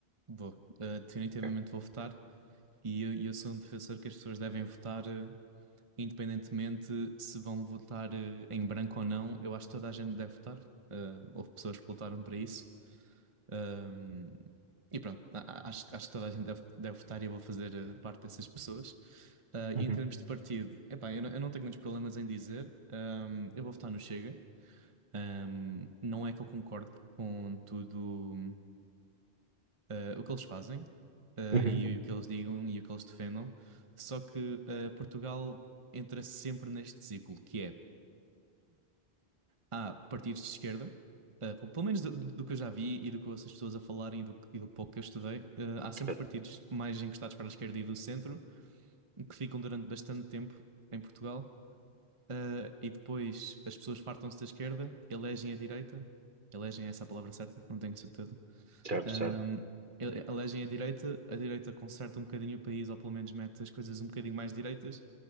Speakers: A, on the right (about 30°); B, on the right (about 50°).
A: vou, uh, definitivamente
B: Ok.
A: vou votar e eu, eu sou um defensor que as pessoas devem votar, uh, independentemente se vão votar, uh, em branco ou não. Eu acho que toda a gente deve votar. Uh, houve pessoas que lutaram para isso. Um, e pronto, a- a- acho, que- acho que toda a gente deve, deve votar e eu vou fazer, uh, parte dessas pessoas. Uh,
B: Uhum.
A: e em termos de partido, epá, eu, não- eu não tenho muitos problemas em dizer. Um, eu vou votar no Chega. Ahm, não é que eu concorde com tudo, ah, o que eles fazem, ah,
B: Uhum.
A: e o que eles digam e o que eles defendam, só que ah, Portugal entra sempre neste ciclo, que é, há partidos de esquerda, ah, pelo pelo menos do, do que eu já vi e do que eu ouço as pessoas a falarem e do, e do pouco que eu estudei, ah, há sempre
B: Certo,
A: partidos mais encostados para a esquerda e do centro, que ficam durante bastante tempo em Portugal, ah, e depois as pessoas fartam-se da esquerda, elegem a direita, elegem é essa a palavra certa, não tenho certeza.
B: certo,
A: Um,
B: certo.
A: ele- elegem a direita, a direita conserta um bocadinho o país, ou pelo menos mete as coisas um bocadinho mais direitas,